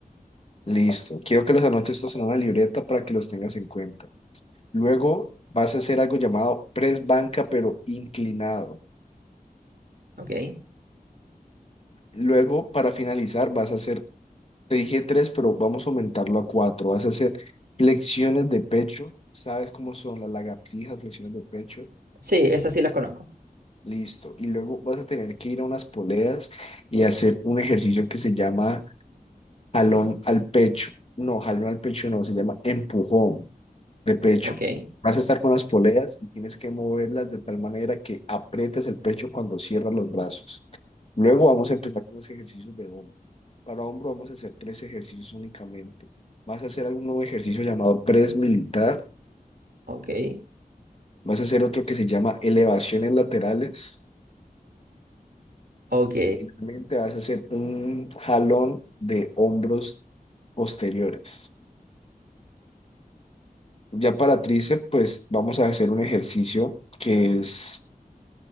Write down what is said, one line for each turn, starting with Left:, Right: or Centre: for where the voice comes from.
Left: listo. Quiero que los anotes estos en una libreta para que los tengas en cuenta. Luego vas a hacer algo llamado press banca, pero inclinado.
Right: ok.
Left: Luego, para finalizar, vas a hacer, te dije tres, pero vamos a aumentarlo a cuatro. Vas a hacer flexiones de pecho. ¿Sabes cómo son las lagartijas, flexiones de pecho?
Right: Sí, esas sí las conozco,
Left: Listo. Y luego vas a tener que ir a unas poleas y hacer un ejercicio que se llama jalón al pecho. No, jalón al pecho no, se llama empujón de pecho.
Right: ok,
Left: Vas a estar con las poleas y tienes que moverlas de tal manera que aprietes el pecho cuando cierras los brazos. Luego vamos a empezar con los ejercicios de hombro. Para hombro vamos a hacer tres ejercicios únicamente. Vas a hacer algún nuevo ejercicio llamado press militar.
Right: ok.
Left: Vas a hacer otro que se llama elevaciones laterales.
Right: Ok.
Left: Finalmente vas a hacer un jalón de hombros posteriores. Ya para tríceps, pues vamos a hacer un ejercicio que es